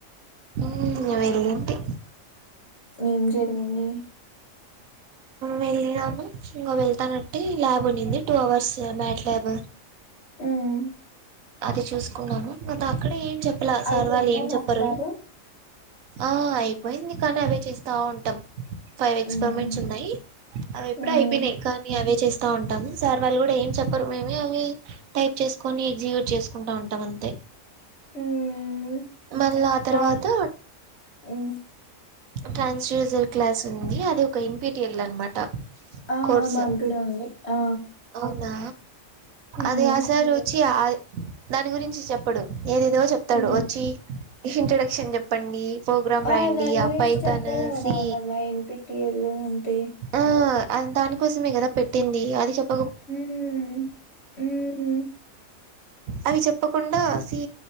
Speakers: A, on the right; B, on the left.
A: మ్మ్ వెళ్ళింటి
B: ఏం జరిగింది
A: వెళ్ళినాము ఇంకా వెళ్తానట్టే ల్యాబ్ ఉంది టూ అవర్స్ మ్యాట్ ల్యాబ్
B: ఉమ్
A: అది చూసుకున్నాము. బట్ అక్కడే ఏం చె ప్పలా
B: అయిపోయిందా
A: సార్ వాళ్ళు ఏం చెప్పలేదు
B: మాట్లాడు
A: ఆ అయిపోయింది కానీ అవే చేస్తా ఉంటా ఫైవ్ ఎక్స్పరిమెంట్స్
B: ఉమ్
A: ఉన్నాయి అవి ఎప్పుడు
B: ఉమ్
A: అయిపోయినాక అవే చే స్తా ఉంటాము సార్ వాళ్ళు కూడా ఏం చెప్పరు మేమ అవి టైప్ చేసుకొని జెట్ చేసుకుంటా ఉంటాం అంతే
B: ఉమ్
A: మళ్ళా ఆ తర్వాత
B: మాక్ ఉమ్
A: ట్రాన్స్ జూజర్ క్లాస్ ఉంది అది ఒక ఇం పీ టి ఎల్ అనమాట
B: ఆ
A: కోర్స్
B: మాక్కూడా ఉంది ఆ
A: అవునా
B: ఉమ్
A: ఆది ఆసార్ వచ్చి ఆద్ దాని గురించి చెప్పడు ఏదేదో చెప్తాడు
B: ఉమ్
A: వచ్చి ఇంట్రొడక్షన్ చెప్పండి, ప్రోగ్రాం
B: ఆ
A: రాయండి,
B: దాని గురించి
A: ఆ పైథాను
B: చెప్పాలి కదా
A: సీ.
B: మళ్ళా ఎన్పిటిఎల్ అంటే
A: ఆ అం దాని కోసమే కదా పెట్టింది అది చెప్
B: హుమ్ హుం
A: అవి చెప్పకుండా సి,